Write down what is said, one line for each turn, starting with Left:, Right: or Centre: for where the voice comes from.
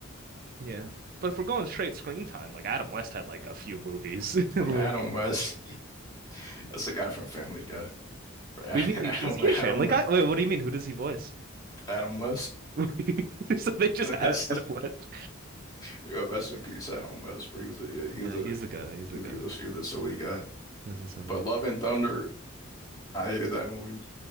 Right: Yeah. But if we're going straight screen time, like Adam West had like a few movies <laughs> and
Left: I mean,
Right: like
Left: Adam West, <laughs> that's the guy from Family Guy, bro. <laughs>
Right: what do you mean
Left: Adam,
Right: is he
Left: Adam,
Right: in Family Guy? Wait, what do you mean? Who does he voice?
Left: Adam West.
Right: <laughs> So they
Left: <laughs>
Right: just
Left: That's
Right: had
Left: the
Right: Adam West.
Left: yeah, rest in peace, Adam West, bro. He was a yeah,
Right: Yeah,
Left: he was a
Right: he's the guy. He's the
Left: He's
Right: guy.
Left: was he a, he's a silly guy.
Right: This is something.
Left: But Love and Thunder, I hated that movie.